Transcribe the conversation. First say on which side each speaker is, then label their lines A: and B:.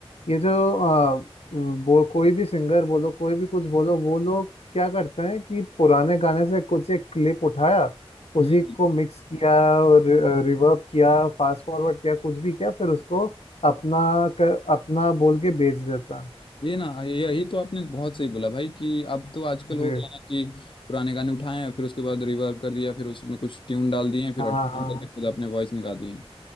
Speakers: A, on the left (about 80°); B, on the left (about 55°).
A: ये जो अ, म, वो कोई भी सिंगर बोलो कोई भी कुछ बोलो वो लोग क्या करते हैं कि पुराने गाने से कुछ एक क्लिप उठाया उसी
B: हम्म
A: को मिक्स किया और रिवर्ब किया फास्ट फॉरवर्ड किया कुछ भी किया फिर उसको अपना क- अपना बोल के बेच देता है।
B: ये ना ये- यही तो आपने बहुत सही बोला भाई कि अब तो आजकल हो
A: जी
B: गया ना कि पुराने गाने उठाए हैं फिर उसके बाद रिवर्ब कर दिया फिर उसमें कुछ ट्यून डाल दिए हैं फिर
A: हाँ
B: ऑटोट्यून
A: हाँ हाँ।
B: करके खुद अपने वॉइस में गा दिए हैं।